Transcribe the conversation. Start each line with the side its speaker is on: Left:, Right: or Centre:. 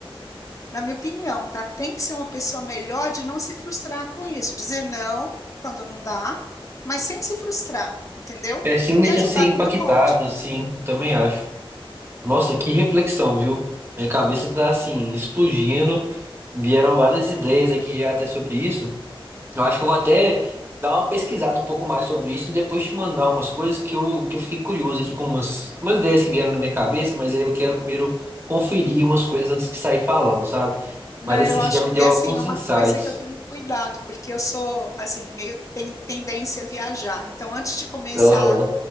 Left: na minha opinião, tá? Tem que ser uma pessoa melhor de não se frustrar com isso, dizer não quando não dá, mas sem se frustrar, entendeu?
Right: É, sim, deixa
Left: E ajudar
Right: ser impactado,
Left: quando pode.
Right: sim, eu também acho. Nossa, que reflexão, viu? Minha cabeça tá assim, explodindo. Vieram várias ideias aqui já até sobre isso. Eu acho que eu vou até dar uma pesquisada um pouco mais sobre isso e depois te mandar umas coisas que eu, que eu fiquei curioso aqui com umas, umas ideias que vieram na minha cabeça, mas aí eu quero primeiro conferir umas coisas antes de sair falando, sabe?
Left: Não,
Right: Mas assim,
Left: eu acho,
Right: você já me deu
Left: é assim,
Right: alguns
Left: é uma
Right: insights.
Left: coisa que eu tenho cuidado, porque eu sou, assim, meio tem tendência a viajar. Então, antes de começar
Right: Aham.